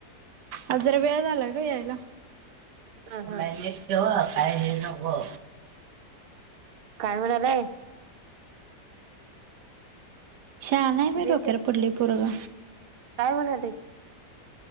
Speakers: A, on the right; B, on the right.
A: आ जरा वेळ झालाय का यायला.
B: हा हा
A: माहिच ठेव काय हे नको.
B: काय म्हणालाय.
A: श्याल नाहीय मी
B: अजिंक्य
A: डोक्यार पुर्ली पुरग
B: काय म्हणाले.